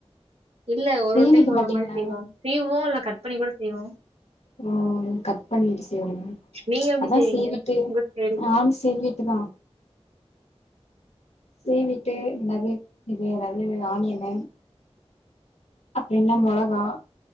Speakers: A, on the right; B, on the left.
A: இல்ல ஒரு
B: சீவிக்க
A: ஒரு டைம் ஒரு
B: மாட்டீங்லா
A: ஒரு மாரி செய்வோ
B: எது
A: சீவுவோ இல்ல கட் பண்ணி கூட செய்வோ
B: ஓ கட் பண்ணிட் சீவுங்க
A: நீங்க எப்டி
B: அதா
A: செய்வீங்க
B: சீவிட்டு
A: உங்க ஸ்டைல்
B: நானு சீவிட்டுதா சீவிட்டு என்னது இது எனாது ஆனியன்னு அப்றொ என்ன மொளகா